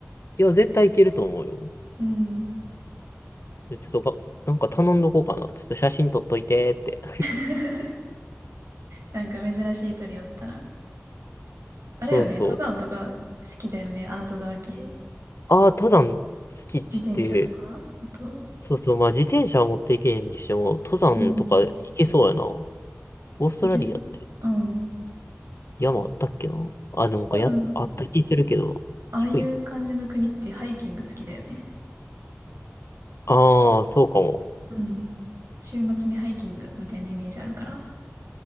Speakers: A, on the left (about 60°); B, on the right (about 65°).
A: いや、絶対いけると思うよ。
B: うん。
A: でちょっとか、なんか頼んどこうかな。ちょっと写真撮っといてって。
B: <laughs> なんか珍しい鳥おったら。あれよね、
A: <laughs> そうそう。
B: 登山とか好きだよね、アウトドア系。
A: ああ、登山好きって、
B: 自転車とか、あと、
A: そうそう、まあ自転車は持っていけんにしても、登山とか行けそうやな。
B: うん。
A: オーストラリアって。
B: 行けそう。うん。
A: 山あったっけなあ、でもか、
B: 多分、
A: や、あった気するけど、
B: ああいう感じの国ってハイキング好きだよね。
A: 低い。ああ、そうかも。
B: うん。週末にハイキングみたいなイメージあるから。